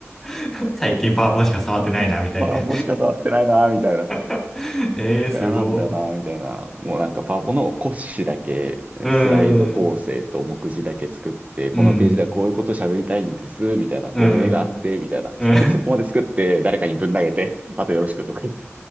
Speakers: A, in the centre; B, on the right (about 30°).
A: <laughs> 最近パワポンしか触ってないな、
B: うん
A: みたいな。
B: <laughs> パワポしか触ってないな、みたいな。
A: <laughs> えー、すごい。
B: か嫌なんだよな、みたいな。もうなんかパワポの骨子だけ、
A: うーん、
B: スライド構成と目次だけ作って、
A: うん、
B: このページではこういうこと喋りたいんです、みたいな、
A: うん、
B: こういう絵があって、みたいな。
A: うん。
B: <laughs> そこまで作って、誰かにぶん投げて、あとよろしくとか言って。